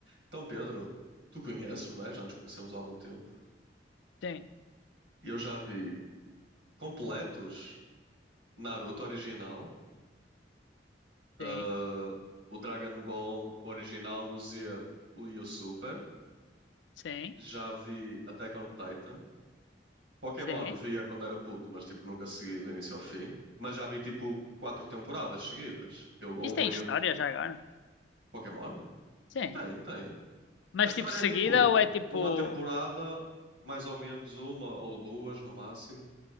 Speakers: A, on the right; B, on the left.
A: Então, Pedro, tu conheces, não é? Já nos conhecemos há algum tempo.
B: Sim,
A: Eu já vi completos Naruto original, ah,
B: sim,
A: o Dragon Ball original, o Z e o Super.
B: sim,
A: Já vi Attack on Titan. Pokémon
B: sim.
A: via quando era puto, mas tipo nunca segui do início ao fim. Mas já vi tipo quatro temporadas seguidas. Eu ouvi
B: isso tem história
A: veio
B: já agora?
A: Pokémon?
B: Sim.
A: Tem, tem.
B: Mas
A: A história
B: tipo seguida
A: é tipo
B: ou é tipo
A: uma temporada, mais ou menos uma ou duas no máximo.